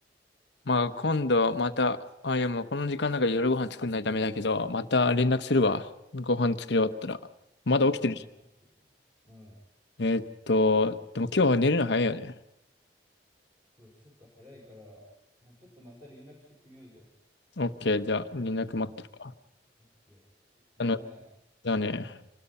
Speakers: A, on the left; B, on the right.
A: う。まあ今度また、あ、いやもうこの時間だから夜ご飯作んないとダメだけど、また連絡するわ。ご飯作り終わったら。まだ起きてるし。
B: う。また話するね、うん。
A: えーっと、でも今日は寝るの早いよね。
B: そう、ちょっと早いから、まあ、ちょっとまた連絡して決めようぜ。
A: OK、じゃあ、連絡待ってるわ。
B: オッケー。じゃあね。
A: あの、じゃあね。